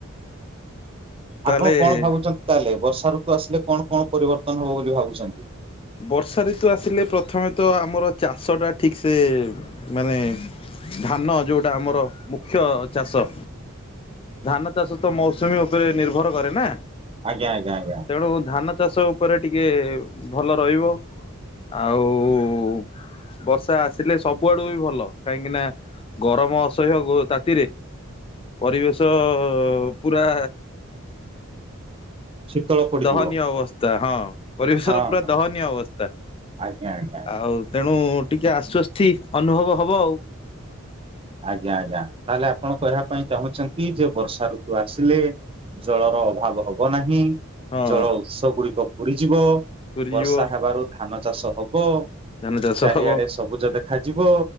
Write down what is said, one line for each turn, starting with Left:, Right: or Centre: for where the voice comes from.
Left: ତାହେଲେ
Right: ଆପଣ କଣ ଭାବୁଛନ୍ତି ତାହେଲେ ବର୍ଷା ଋତୁ ଆସିଲେ କଣ କଣ ପରିବର୍ତ୍ତନ ହବ ବୋଲି ଭାବୁଛନ୍ତି?
Left: ବର୍ଷା ଋତୁ ଆସିଲେ ପ୍ରଥମେ ତ ଆମର ଚାଷ ଟା ଠିକ ସେ ମାନେ ଧାନ ଯେଉଁଟା ଆମର ମୁଖ୍ୟ ଚାଷ। ଧାନଚାଷ ତ ମୌସୁମୀ ଉପରେ ନିର୍ଭର କରେ ନା।
Right: ଆଜ୍ଞା ଆଜ୍ଞା ଆଜ୍ଞା।
Left: ତେଣୁ ଧାନ ଚାଷ ଉପରେ ଟିକେ ଭଲ ରହିବ। ଆଉ। ବର୍ଷା ଆସିଲେ ସବୁ ଆଡୁ ବି ଭଲ କାହିଁକି ନା ଗରମ ଅସହ୍ୟ ତାତିରେ। ପରିବେଶ ପୁରା
Right: ଶୀତଳ ପଡିଯିବ
Left: ଦହନୀୟ ଅବସ୍ଥା ହଁ ପରିବେଶର
Right: ହଁ
Left: ପୁରା
Right: ହଁ
Left: ଦହନୀୟ ଅବସ୍ଥା।
Right: ଆଜ୍ଞା ଆଜ୍ଞା।
Left: ଆଉ ତେଣୁ ଟିକେ ଆଶ୍ଵସ୍ତି ଅନୁଭବ ହବ ଆଉ।
Right: ଆଜ୍ଞା ଆଜ୍ଞା ତାହେଲେ ଆପଣ କହିବା ପାଇଁ ଚାହୁଁଛନ୍ତି ଯେ ବର୍ଷା ଋତୁ ଆସିଲେ ଜଳର ଅଭାବ ହବ ନାହିଁ
Left: ହଁ।
Right: ଜଳ ଉତ୍ସ ଗୁଡିକ ପୁଡିଯିବ।
Left: ପୁରୀ
Right: ବର୍ଷା
Left: ଯିବ
Right: ହେବାରୁ ଧାନଚାଷ ହବ
Left: ଧାନ ଚାଷ
Right: ଚାରିଆଡେ
Left: ହବ
Right: ସବୁଜ ଦେଖାଯିବ।